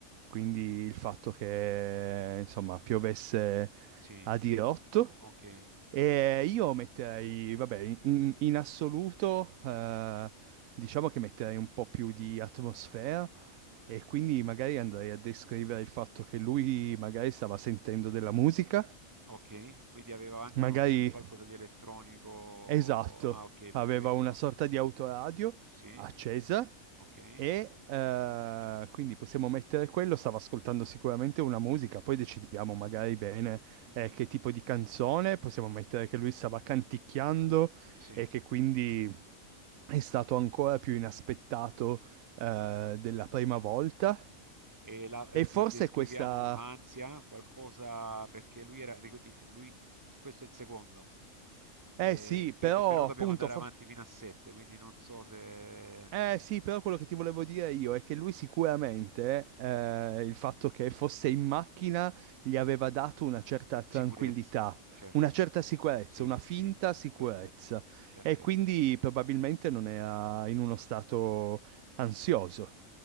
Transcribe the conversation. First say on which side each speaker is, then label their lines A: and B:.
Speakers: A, on the right; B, on the right.
A: quindi il fatto che, insomma, piovesse
B: Sì,
A: a dirotto.
B: ok,
A: E io metterei, vabbè, in, in assoluto, eh, diciamo che metterei un po' più di atmosfera e quindi magari andrei a descrivere il fatto che lui magari stava sentendo della musica,
B: ok. Quindi aveva anche
A: magari
B: uno- un qualcosa di elettronico.
A: Esatto,
B: Ah, ok, perfetto.
A: aveva una sorta di autoradio
B: Sì.
A: accesa
B: Ok?
A: e eh, quindi possiamo mettere quello, stava ascoltando sicuramente una musica, poi decidiamo magari bene
B: Mhm.
A: eh, che tipo di canzone, possiamo mettere che lui stava canticchiando
B: Sì.
A: e che quindi è stato ancora più inaspettato eh, della prima volta.
B: E la- eh,
A: E forse
B: di- descriviamo
A: questa...
B: ansia, qualcosa perché lui era, ricordi- lui- questo è il secondo,
A: Eh
B: Eh,
A: sì, però
B: pe- eh, però dobbiamo
A: appunto...
B: andare
A: for-
B: avanti fino a 7, quindi non so se...
A: Eh sì, però quello che ti volevo dire io è che lui sicuramente eh, il fatto che fosse in macchina gli aveva dato una certa tranquillità,
B: Sicurezza, certo.
A: una certa sicurezza,
B: Sì,
A: una finta
B: sì,
A: sicurezza
B: perfetto, perfetto.
A: e quindi probabilmente non era in uno stato ansioso.